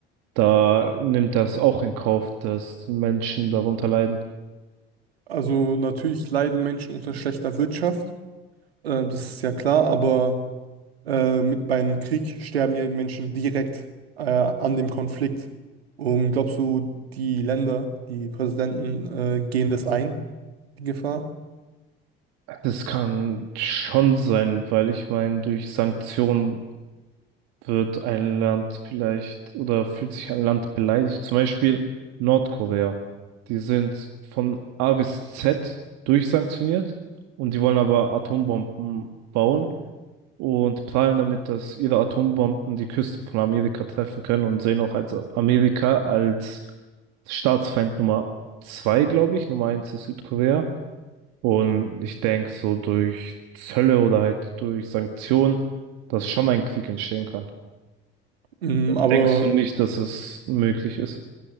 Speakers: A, on the right; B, on the right.
A: da nimmt das auch in Kauf, dass die Menschen darunter leiden.
B: Also natürlich leiden Menschen unter schlechter Wirtschaft, äh, das ist ja klar, aber Äh, mit beim Krieg sterben ja die Menschen direkt äh, an dem Konflikt. Und glaubst du, die Länder, die Präsidenten äh, gehen das ein, die Gefahr?
A: Das kann schon sein, weil ich meine, durch Sanktionen wird ein Land vielleicht oder fühlt sich ein Land beleidigt. Zum Beispiel Nordkorea. Die sind von A bis Z durchsanktioniert und die wollen aber Atombomben bauen und prahlen damit, dass ihre Atombomben die Küsten von Amerika treffen können und sehen auch als Amerika als Staatsfeind Nummer zwei, glaube ich. Nummer eins ist Südkorea. Und ich denke, so durch Zölle oder halt durch Sanktionen, dass schon ein Krieg entstehen kann.
B: Mm,
A: Denkst
B: aber
A: du nicht, dass es möglich ist?